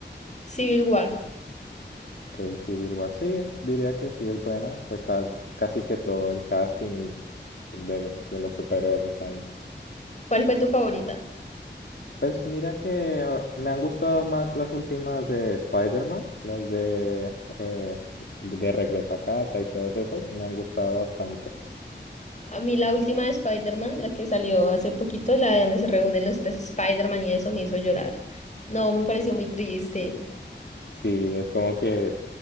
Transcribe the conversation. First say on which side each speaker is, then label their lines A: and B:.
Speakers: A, on the left; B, on the left.
A: Civil War,
B: Ok, Civil War, sí, diría que sí es buena. Está casi que todo el casting y de, de los superhéroes ahí.
A: ¿cuál fue tu favorita?
B: Pues mira que ah, me han gustado más las últimas de Spider-Man, las de, eh, de Regreso a Casa y todas esas, me han gustado bastante.
A: A mí la última de Spider-Man, la que salió hace poquito, la de donde se reúnen los tres Spider-Man y eso me hizo llorar. No, me pareció muy triste.
B: Sí, es como que